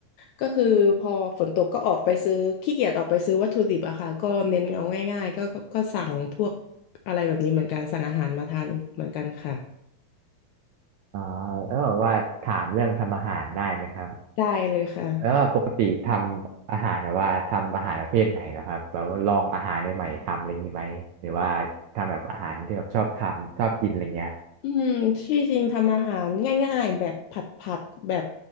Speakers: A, on the left; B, on the right.
A: ก็คือพอฝนตกก็ออกไปซื้อขี้เกียจออกไปซื้อวัตถุดิบอะค่ะก็เน้นเอาง่ายๆก็ก็ก็สั่งพวกอะไรแบบนี้เหมือนกันสั่งอาหารมาทานเหมือนกันค่ะ
B: อ๋อแล้วแบบว่าถามเรื่องทำอาหารได้ไหมครับ
A: ได้เลยค่ะ
B: แล้วว่าปกติทำอาหารแบบว่าทำอาหารประเภทไหนเหรอครับแบบว่าลองอาหารใหม่ๆทำอะไรอย่างนี้ไหมหรือว่าทำแบบอาหารที่แบบชอบทำชอบกินอะไรเงี้ย
A: อืมที่จริงทำอาหารง่ายๆแบบผัดผัดแบบ